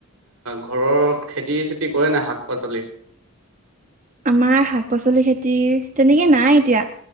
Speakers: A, on the right (about 75°); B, on the right (about 35°).
A: ঘৰৰ খেতি চেতি কৰে নাই শাক পাচলি?
B: আমাৰ শাক পাচলি খেতি তেনেকে নাই এতিয়া।